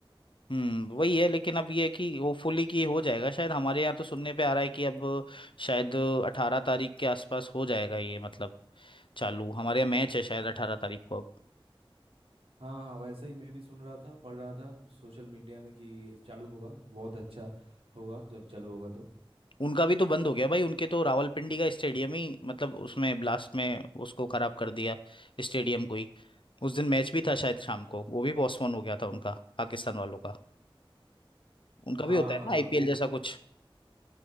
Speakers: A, on the left; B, on the right.
A: हम्म वही है लेकिन अब ये है कि होपफुली कि हो जाएगा शायद हमारे यहाँ तो सुनने पे आ रहा है कि अब शायद अठारह तारीख के आसपास हो जाएगा ये मतलब चालू हमारे यहाँ मैच है शायद अठारह तारीख को
B: हाँ हाँ वैसे ही मैं भी सुन रहा था पढ़ रहा था सोशल मीडिया में कि ये चालू होगा बहुत अच्छा होगा जब चालू होगा तो
A: उनका भी तो बंद हो गया भाई उनके तो रावलपिंडी का स्टेडियम ही मतलब उसमें ब्लास्ट में उसको खराब कर दिया स्टेडियम को ही उस दिन मैच भी था शायद शाम को वो भी पोस्टपोन हो गया था उनका पाकिस्तान वालों का उनका
B: हाँ
A: भी होता
B: हाँ
A: है ना
B: हाँ
A: आईपीएल
B: वो
A: जैसा
B: भी
A: कुछ